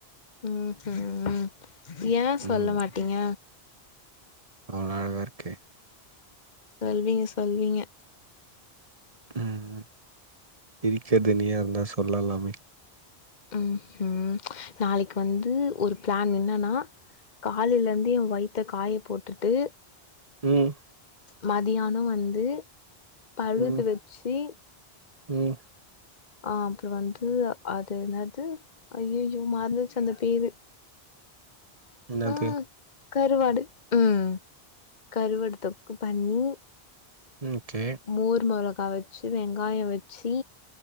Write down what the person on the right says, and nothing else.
ம்.
அவ்ளோ அழகா இருக்கே.
ம் இருக்கறது நீயா இருந்தா சொல்லலாமே.
ம்
ம்,
ம்
என்னது?
ஓகே.